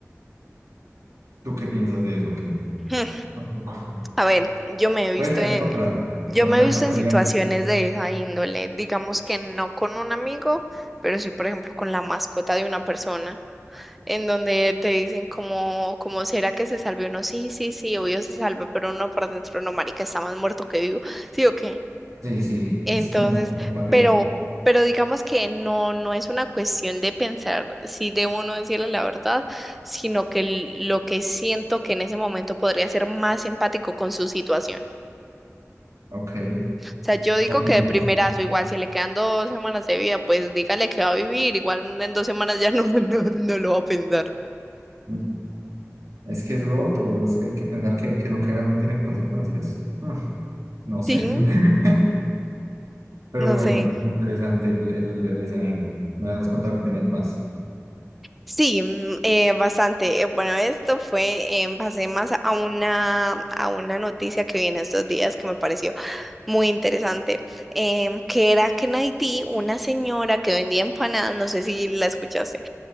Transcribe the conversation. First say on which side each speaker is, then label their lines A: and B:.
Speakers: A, on the right (about 85°); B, in the centre.
A: ¿Tú qué piensas de eso? ¿Qué?
B: Hmm,
A: Tampoco.
B: A ver, yo me he visto
A: Puede estar
B: en,
A: encontrado.
B: yo
A: Podemos
B: me he visto
A: acá apoyarnos.
B: en situaciones de esa índole, digamos que no con un amigo, pero sí, por ejemplo, con la mascota de una persona, en donde te dicen como, como será que se salve uno, sí, sí, sí, obvio se salva, pero uno por dentro, no, marica, está más muerto que vivo, sí o qué.
A: Sí, sí,
B: Entonces,
A: es como compatibilidad.
B: pero, pero digamos que no, no es una cuestión de pensar si debo o no decirle la verdad, sino que l- lo que siento que en ese momento podría ser más empático con su situación.
A: Ok,
B: O sea, yo digo
A: ok.
B: que de primerazo,
A: pues,
B: igual si le quedan dos semanas de vida, pues dígale que va a vivir, igual en dos semanas ya no, <laughs> no, no lo va a pensar.
A: mm, es que es lo otro, es que hay que pensar que, que lo que hagan no tiene consecuencias. Mm, no sé.
B: Sí,
A: <laughs> Pero
B: no
A: bueno,
B: sé.
A: interesante el, el- el escenario. Me has contado que tenías más.
B: Sí, mm, eh, bastante. Eh, Bueno, esto fue en base más a una, a una noticia que viene estos días que me pareció muy interesante, em, que era que en Haití una señora que vendía empanadas, no sé si la escuchaste.